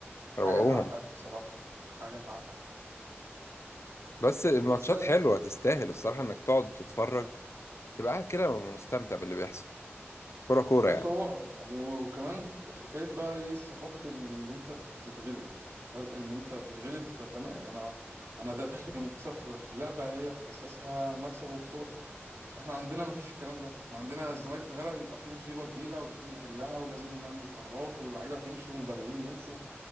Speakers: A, on the right; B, on the left.
A: حاجه
B: روقوهم
A: تعقد بصراحه حاجه تعقد
B: بس الماتشات
A: بس أنا-
B: حلوة تستاهل الصراحة انك تقعد تتفرج تبقى قاعد كده مستمتع باللي بيحصل كرة كورة
A: بص
B: يعني
A: هو وكمان في حكايه بقى ايه ثقافه ان انت تتغلب يعني فرق ان انت تتغلب فتمام انا انا داخل منافسه في في لعبه هي في اساسها مكسب وخساره احنا عندنا مفيش الكلام ده احنا عندنا الزمالك اتغلب يبقى فيه مصيبة كبيرة ولازم نحلها ولازم نعمل قرارات واللعيبة تمشي ومدربين يمشوا